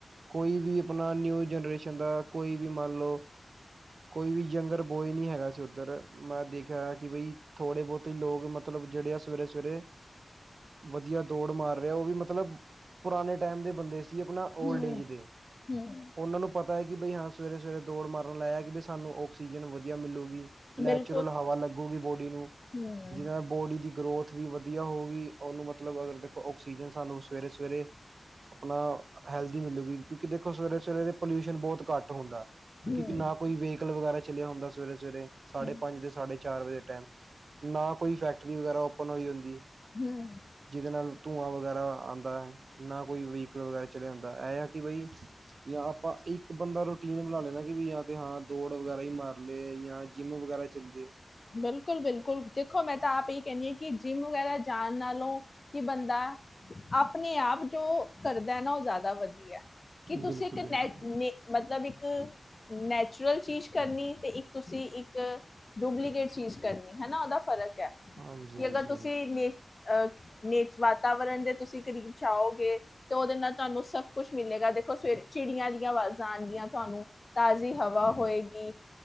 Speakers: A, on the right; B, on the left.
A: ਕੋਈ ਵੀ ਆਪਣਾ ਨਿਊ ਜਨਰੇਸ਼ਨ ਦਾ ਕੋਈ ਵੀ ਮੰਨ ਲਓ ਕੋਈ ਵੀ ਯੰਗਰ ਬੋਏ ਨੀ ਹੈਗਾ ਸੀ ਉੱਧਰ ਮੈਂ ਦੇਖਿਆ ਕਿ ਬਈ ਥੋੜੇ ਬਹੁਤੇ ਲੋਕ ਮਤਲਬ ਜਿਹੜੇ ਆ ਸਵੇਰੇ ਸਵੇਰੇ ਵਧੀਆ ਦੌੜ ਮਾਰ ਰਿਹਾ ਉਹ ਵੀ ਮਤਲਬ ਪੁਰਾਣੇ ਟਾਈਮ ਦੇ ਬੰਦੇ ਸੀ ਸੀ ਆਪਣਾ ਓਲਡ
B: ਹੂੰ
A: ਏਜ ਦੇ
B: ਹੂੰ
A: ਉਹਨਾਂ ਨੂੰ ਪਤਾ ਪਤਾ ਹੈ ਕਿ ਬਈ ਹਾਂ ਸਵੇਰੇ, ਸਵੇਰੇ ਦੌੜ ਮਨ ਲਾਇਆ ਕਿ ਵੀ ਸਾਨੂੰ ਆਕਸੀਜਨ ਵਧੀਆ ਮਿਲੂਗੀ।
B: ਬਿਲਕੁਲ
A: ਨੈਚੁਰਲ ਹਵਾ ਲੱਗੀ। ਬਹੁਤ ਨੂੰ
B: ਹੂੰ,
A: ਜਿ ਬੋਡੀ ਦੀ ਗਰੋਥ ਵੀ ਵਧੀਆ ਹੋ ਗਗੀ ਉਹਨੂੰ ਮਤਲਬ ਅਗਰ ਦੇਖੋ ਆਕਸੀਜਨ ਸਾਨੂੰ ਸਵੇਰੇ, ਸਵੇਰੇ ਆਪਣਾ ਹੈਲਦੀ ਮਿਲੂਗੀ ਕਿਉਂਕਿ ਦੇਖੋ ਸਵੇਰੇ ਸਵੇਰੇ ਪੋਲਿਊਸ਼ਨ ਬਹੁਤ ਘੱਟ ਹੁੰਦਾ ਕਿਉਂਕਿ
B: ਹੂੰ,
A: ਨਾ ਕੋਈ ਵ ਵਗੈਰਾ ਚੱਲਿਆ ਹੁੰਦਾ ਸਵੇਰੇ, ਸਵੇਰੇ ਸਾਢੇ
B: ਹੂੰ,
A: ਪੰਜ ਦੇ ਸਾਢੇ ਚਾਰ ਵਜੇ ਟਾਈਮ ਨਾ ਕੋਈ ਫੈਕਟਰੀ ਵਗੈਰਾ ਓਪਨ ਹੋਈ ਹੁੰਦੀ
B: ਹਮ।
A: ਜਿਹਦੇ ਨਾਲ ਧੂੰਆਂ ਵਗੈਰਾ ਆਉਂਦਾ ਹੈ। ਨਾ ਕੋਈ ਵਹੀਕਲ ਵਗੈਰਾ। ਚਲਿਆ ਹੁੰਦਾ ਇਹ ਆ ਕਿ ਬਈ ਜਾਂ ਆਪਾਂ ਇੱਕ ਬੰਦਾ ਰੂਟੀਨ ਬਣਾ ਲੈਂਣਾ ਕਿ ਵੀ ਜਾਂ ਤੇ ਹਾਂ ਦੌੜ ਵਗੈਰਾ ਹੀ ਮਾਰ ਲਏ ਜਾਂ ਜਿੰਮ ਵਗੈਰਾ ਚੱਲ ਜੇ।
B: ਬਿਲਕੁਲ -ਬਿਲਕੁਲ ਦੇਖੋ ਮੈਂ ਤਾਂ ਆਪ ਇਹ ਕਹਿੰਨੀ ਹ ਕਿ ਜਿੰਮ ਵਗੈਰਾ ਜਾਣ ਨਾਲੋਂ ਕਿ ਬੰਦਾ ਆਪਣੇ ਆਪ ਜੋ ਕਰਦਾ ਹੈ ਨਾ ਉਹ ਜ਼ਿਆਦਾ ਵਧੀਆ। ਕੀ
A: ਬਿਲਕੁਲ-ਬਿਲਕੁਲ
B: ਤੁਸੀਂ ਇੱਕ ਨ ਨ ਮਤਲਬ ਇੱਕ ਨੈਚੁਰਲ ਚੀਜ਼ ਕਰਨੀ ਤੇ ਇੱਕ ਤੁਸੀਂ ਇੱਕ ਡੁਬਲੀ। ਚੀਜ਼ ਕਰਨੀ ਹਨਾ ਉਹਦਾ ਫਰਕ ਕਿ
A: ਹਾਂਜੀ-ਹਾਂਜੀ-ਹਾਂਜੀ,
B: ਅਗਰ ਤੁਸੀਂ ਨੇ ਅਹ ਨੇ ਵਾਤਾਵਰਨ ਦੇ ਤੁਸੀਂ ਕਰੀਬ ਚਾਹਓਗੇ ਤਾਂ ਉਹਦੇ ਨਾਲ ਤੁਹਾਨੂੰ ਸਭ ਕੁੱਛ ਮਿਲੇਗਾ ਦੇਖੋ ਸਵੇਰੇ ਚਿੜੀਆਂ ਦੀਆਂ ਆਵਾਜ਼। ਣਗੀਆਂ ਤੁਹਾਨੂੰ ਤਾਜ਼ੀ ਹਵਾ ਹੋਏਗੀ।